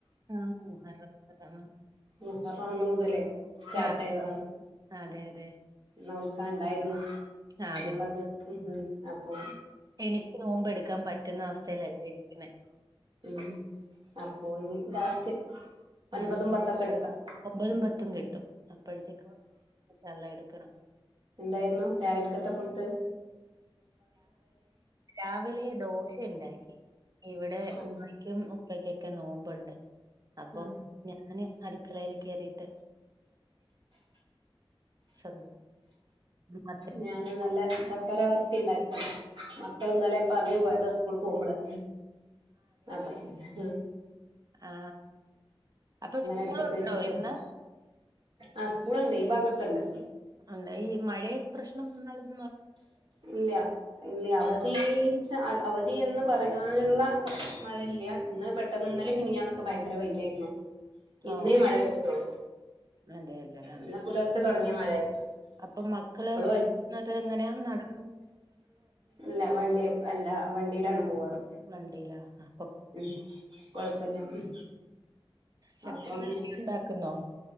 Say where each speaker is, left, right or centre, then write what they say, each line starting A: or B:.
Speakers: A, on the right (about 40°); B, on the right (about 60°).
A: ആ മുഹറം. മുഹറം.
B: മുഹറം അന്ന് മുതലേ സ്റ്റാർട്ട
A: ആ അതെ.
B: ആായതതാണ്
A: അതെ, അതെ.
B: നോൽക്കാ ഉണ്ടായിരുന്നു
A: ആ
B: നമ്മളത്
A: അതെ.
B: ം അപ്പൊ
A: എനിക്ക് നോമ്പ എടുക്കാൻ പറ്റുന്ന അവസ്ഥയിലല്ലേ ഇരിക്കുന്ന
B: ഉം അപ്പൊ ഇ ലാസ്റ്റ് ഒൻപതും
A: ഉം
B: പത്തൊക്കെ എടുക്കാം
A: ഒമ്പതും പത്തും കെട്ടി അപ്പോഴത്തേക്കും നല്ല എടു നിക്കണം
B: എന്തായിരുന്നു രാവിലക്കത്തെ ഫുഡ്‌
A: രാവിലെ ദോശ ഉണ്ടാക്കി ഇവിടെ
B: ആഹ്
A: ഉപ്പയ്ക്കും ഇപ്പക്കൊക്കെ നോമ്പുണ്ട് അപ്പൊ
B: ആഹ്
A: ഞാന് അടുക്കളയിൽ കയറിയിട്ട് സ്വന്തം. മാത്രം
B: ഞൻ നല്ല ശർക്കരവരട്ടി ഉണ്ടാക്കി മക്കള ഇന്നാലെ പറഞ്ഞു പോയതാ സ്കൂള പോകുമ്പോള് അപ്പ അ
A: ആ അപ്പൊ സ്കൂളുണ്ടോ
B: അടുപ്പത്ത് വെച്ചിട്ട്
A: ഇന്ന്
B: ആഹ് സ്കൂളുണ്ട് ഈ ഭാഗൊക്കെ ഉണ്ട്
A: എന്താ ഈ മഴയ പ്രശ്നം ന
B: ഇല്ല ഇല്ല അവധി ച്ച അവധി ന എന്ന് പറയാനുള്ള മഴയില്ല ഇന്ന് പെട്ടെന്ന് നിന്നാലും മിനിയാന്നൊക്കെ ഭയങ്കര വയയിലായിരുന്നു ഇന്നേ
A: ഓഹ്
B: മഴ പെയ്തിട്ടുള്ളൂ
A: അതെല്ലേ ആ
B: ഇന്ന് പുലർച്ചെ തുടങ്ങിയ മഴയായിരുന്നു
A: അപ്പൊ മക്കള്
B: ഇപ്പളോ
A: പറുന്നത് എങ്ങനെയ നട ഉ
B: ഇല്ല വണ്ടി അല്ല വണ്ടിയിലാണ് പോവാറ്
A: വണ്ടില ആ
B: ഉം കൊഴപ്പന്ന ഉ
A: ശർക്കര
B: അപ്പൊ അങ്ങനെ
A: വരട്ടി ഉണ്ടാക്കുന്നോ?